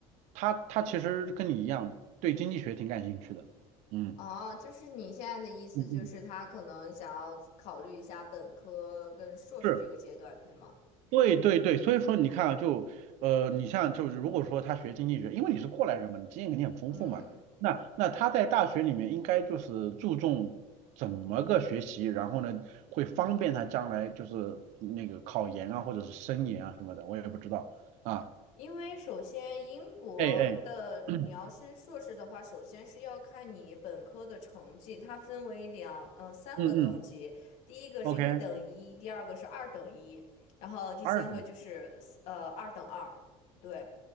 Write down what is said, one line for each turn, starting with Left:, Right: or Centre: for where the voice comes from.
Right: 他他其实跟你一样对经济学挺感兴趣的，嗯
Left: 哦，就是你现在的意思就是他可能想要考虑一下本科跟硕士这个阶段，
Right: 嗯嗯，是，
Left: 对吗？
Right: 对对对，所以说你看啊，就呃，你像就是如果说他学经济学，因为你是过来人嘛，你经验肯定很丰富嘛，
Left: 嗯。
Right: 那那他在大学里面应该就是注重怎么个学习，然后呢会方便他将来就是那个考研啊或者是升研啊什么的，我也不知道啊，
Left: 因为首先，英国的你要升硕士的话，
Right: 哎哎，<clears throat> 嗯
Left: 首先是要看你本科的成绩，它分为两呃三个等级，
Right: 嗯嗯
Left: 第一个是一等一，
Right: ，OK。
Left: 第二个是二等一，然后第三个就是呃二等二，
Right: 二等
Left: 对。